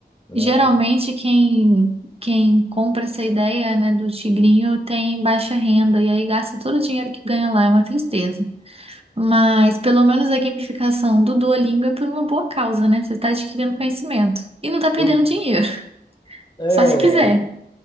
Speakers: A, on the left; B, on the right.
A: né?
B: Geralmente quem, quem compra essa ideia, né, do tigrinho tem baixa renda e aí gasta todo o dinheiro que ganha lá, é uma tristeza. Mas pelo menos a gamificação do Duolingo é por uma boa causa, né? Você está adquirindo conhecimento e não está perdendo
A: Pois
B: dinheiro,
A: é,
B: só se quiser.